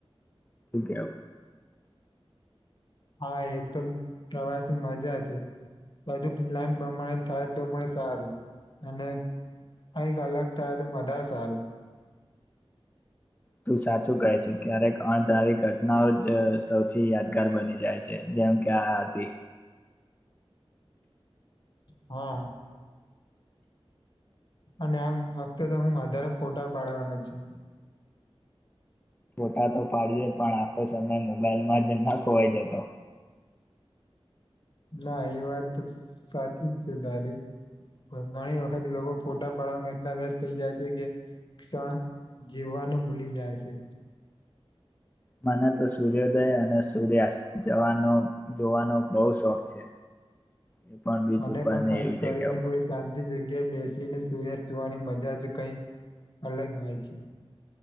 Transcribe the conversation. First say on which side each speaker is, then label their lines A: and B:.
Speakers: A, on the left; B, on the left.
A: શું કેવ
B: હા એ તો પ્રવાસ ની મજા છે બધું પ્લાન પ્રમાણે થાય તો પણ સારું અને કંઈક અલગ થાય તો વધારે સારું.
A: તું સાચું કહે છે ક્યારેક અણધારી ઘટનાઓ જ સૌથી યાદગાર બની જાય છે જેમ કે આ હતી.
B: હા. અને આમ વખતે તો હું વધારે ફોટા પાડવાના છું.
A: ફોટા તો પાડયે પણ આખો સમય મોબાઈલમાં જ ના ખોવાઈ જતો.
B: ના એ વાત ત સાચી જ છે તારી પણ ઘણી વખત લોકો ફોટા પાડવામાં એટલા વ્યસ્ત થઈ જાય છે કે ક્ષણ જીવવાનું ભૂલી જાય છે.
A: મને તો સૂર્યોદય અને સૂર્યાસ્ત જવાનો જોવાનો બઉ શોખ છે. એ પણ બીચ
B: મને
A: ઉપર
B: પણ
A: ને
B: ખાસ
A: એવી
B: કરીને
A: જગ્યા ઉપર
B: કોઈ શાંતિ જગ્યાએ બેસીને સૂર્યાસ્ત જોવાની મજા જ કઈ અલગ હોય છે.